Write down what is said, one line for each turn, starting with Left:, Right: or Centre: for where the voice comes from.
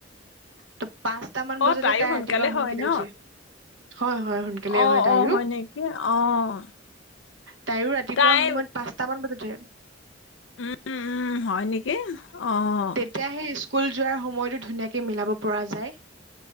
Right: ত পাঁচটা মান
Left: অ',
Right: বজাতে
Left: তাইও
Right: তাই ৰাতিপুৱা সোনকালে
Left: হয় ন
Right: উঠে। হয়, হয় সোনকালে
Left: অ',
Right: হয় তাইৰো।
Left: অ', নেকি অ',
Right: তাইও ৰাতিপুৱা
Left: তাই
Right: সময়ত, পাঁচটা মান বজাত উ
Left: উম, উম, হয় নেকি? অ'।
Right: তেতিয়াহে স্কুল যোৱাৰ সময়তো ধুনীয়াকে মিলাব পৰা যায়।